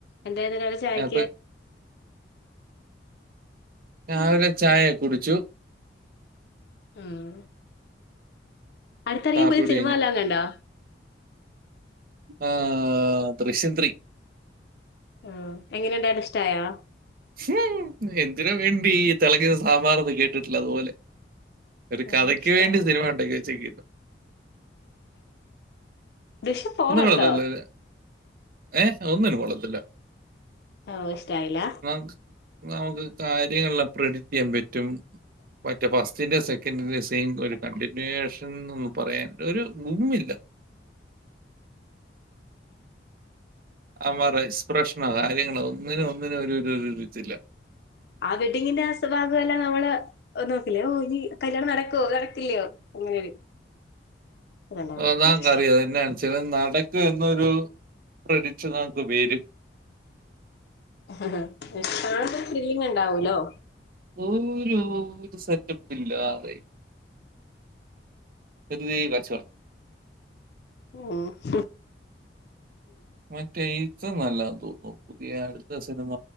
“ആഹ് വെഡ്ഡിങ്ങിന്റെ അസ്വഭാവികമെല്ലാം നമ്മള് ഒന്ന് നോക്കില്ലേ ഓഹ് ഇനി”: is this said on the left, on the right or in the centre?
Left